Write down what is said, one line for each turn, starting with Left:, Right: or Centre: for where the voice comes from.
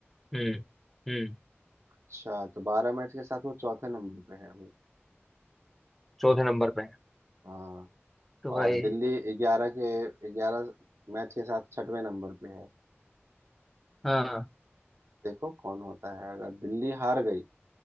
Centre: हम्म हम्म
Right: अच्छा तो बारह मैच के साथ वो चौथे नंबर पे है अभी
Centre: चौथे नंबर पे है
Right: हाँ
Centre: तो
Right: और
Centre: भाई
Right: दिल्ली ग्यारह के ग्यारह मैच के साथ छठवें नंबर पे है
Centre: हाँ
Right: देखो कौन होता है अगर दिल्ली हार गई